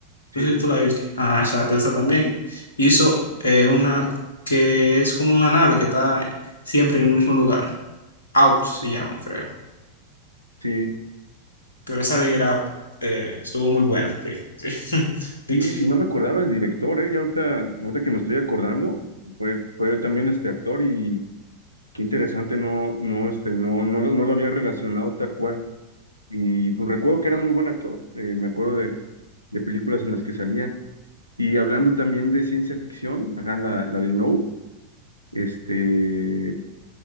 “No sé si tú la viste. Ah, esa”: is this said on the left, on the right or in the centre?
Left